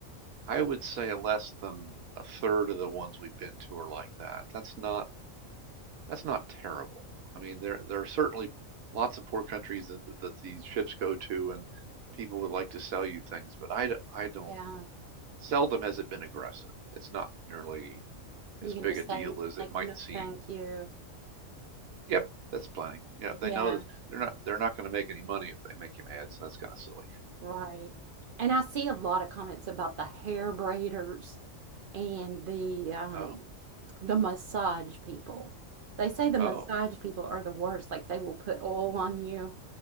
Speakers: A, on the right; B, on the right.
A: I would say less than a third of the ones we've been to are like that. That's not that's not terrible. I mean, there there are certainly lots of poor countries that that these ships go to, and people would like to sell you things, but I I d- I don't.
B: Yeah.
A: Seldom has it been aggressive. It's not nearly as
B: You can
A: big
B: just
A: a deal
B: say
A: as it
B: like
A: might
B: no
A: seem
B: thank you.
A: Yep, that's planning. Yeah, they
B: Yeah,
A: know that they're not they're not going to make any money if they make you mad, so that's kind of silly.
B: right. And I see a lot of comments about the hair braiders and the um
A: Oh,
B: the massage people. They say the
A: oh,
B: massage people are the worst. Like they will put oil on you